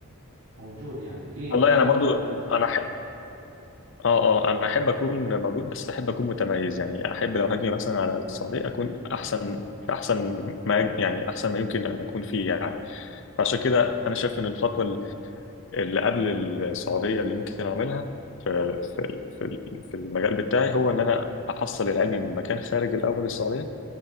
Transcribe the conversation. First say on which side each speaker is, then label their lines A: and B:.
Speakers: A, on the right; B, on the left.
A: موجود يعني في
B: والله
A: في
B: انا
A: مجال
B: برضو
A: أنك تجي
B: انا ح... اه اه انا احب اكون موجود بس احب اكون متميز يعني احب لو هاجي مثلا على السعوديه اكون احسن احسن ما يعني احسن ما يمكن ان اكون فيه يعني فعشان كده انا شايف ان الخطوه اللي قبل السعوديه اللي ممكن اعملها في في في في المجال بتاعي هو ان انا احصل العلم من مكان خارج الاول السعوديه